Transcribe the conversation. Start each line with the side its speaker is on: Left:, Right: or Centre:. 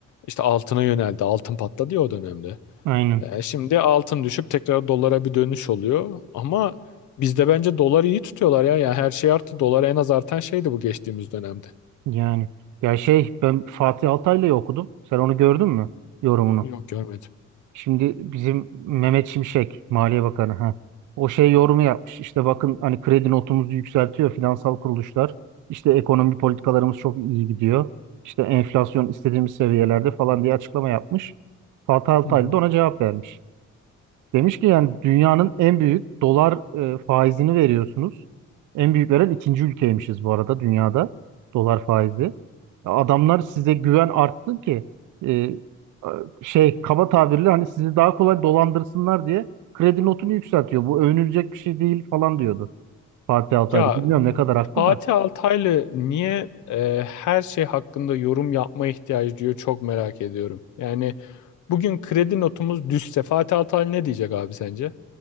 Left: İşte altına yöneldi. Altın patladı ya o dönemde.
Right: Aynen.
Left: E, şimdi altın düşüp tekrar dolara bir dönüş oluyor. Ama bizde bence doları iyi tutuyorlar ya. Yani her şey arttı. Dolar en az artan şeydi bu geçtiğimiz dönemde.
Right: Yani ya şey ben Fatih Altaylı'yı okudum. Sen onu gördün mü? Yorumunu.
Left: Yok görmedim.
Right: Şimdi bizim Mehmet Şimşek, Maliye Bakanı ha. O şey yorumu yapmış. İşte bakın hani kredi notumuzu yükseltiyor finansal kuruluşlar. İşte ekonomi politikalarımız çok iyi gidiyor. İşte enflasyon istediğimiz seviyelerde falan diye açıklama yapmış. Fatih Altaylı
Left: Hı hı.
Right: da ona cevap vermiş. Demiş ki yani dünyanın en büyük dolar e, faizini veriyorsunuz. En büyük veren ikinci ülkeymişiz bu arada dünyada dolar faizi. Ya Adamlar size güven artsın ki e, a- şey kaba tabirle hani sizi daha kolay dolandırsınlar diye kredi notunu yükseltiyor. Bu övünülecek bir şey değil falan diyordu Fatih Altaylı.
Left: Ya
Right: Bilmiyorum ne kadar haklı
Left: Fatih
Right: da.
Left: Altaylı niye e, her şey hakkında yorum yapmaya ihtiyacı duyuyor çok merak ediyorum. Yani bugün kredi notumuz düşse Fatih Altaylı ne diyecek abi sence?